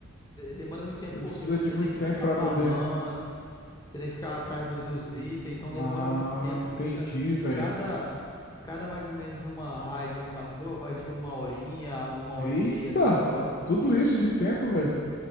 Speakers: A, on the left; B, on the left.
A: De- Demanda muito tempo,
B: Precisa
A: porque você
B: de muito
A: tem que
B: tempo
A: ficar
B: pra
A: farmando,
B: poder.
A: Você tem que ficar atrás do- dos itens, então
B: Ah,
A: demora muito tempo.
B: entendi,
A: Você precisa...
B: velho.
A: E cada, cada mais ou menos uma raid, uma masmorra, vai de uma horinha, uma hora
B: Eita,
A: e meia, duas horas.
B: tudo isso de tempo, velho.